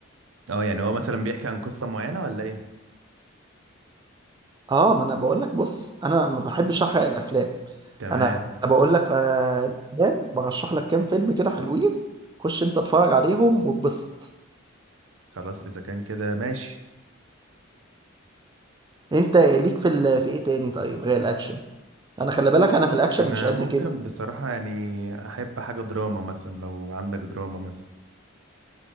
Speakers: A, on the right; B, on the right.
A: اه يعني هو مثلا بيحكي عن قصة معينة ولا ايه
B: اه ما انا بقول لك بص انا ما بحبش احرق الافلام
A: تمام
B: انا بقول لك آه الافلام برشح لك كام فيلم كده حلوين خش انت اتفرج عليهم واتبسط
A: خلاص اذا كان كده ماشي
B: انت ليك في ال... في ايه تاني طيب غير الاكشن انا خلي بالك انا في الاكشن
A: انا
B: مش قد
A: ممكن
B: كده
A: بصراحة يعني احب حاجة دراما مثلا لو عندك دراما مثلا